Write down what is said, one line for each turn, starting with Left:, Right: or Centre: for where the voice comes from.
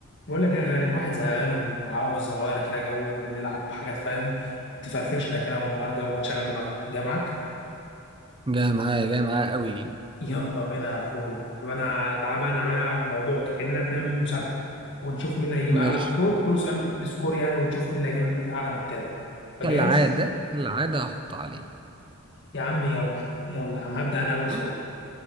Left: بقول لك يا غالي الواحد زهقان وعاوز اغير كده جو ونلعب حاجات فاهم تفرفشنا كده ونغير جو ونشغل دماغنا جامعك
Right: جاي معايا جاي معايا قوي
Left: يلا بينا يا اخويا طب انا تعال بقى نعمل موضوع كاننا بنعمل مسابقه ونشوف مين اللي هيجيب اعلى
Right: ماشي
Left: سكور كل سؤال بسكور يعني ونشوف مين اللي هيجيب اعلى من التاني فجاهز
Right: كالعادة العادة هحط عليه
Left: يا عم يلا يلا يا عم هبدا انا اول
Right: ماشي
Left: سؤال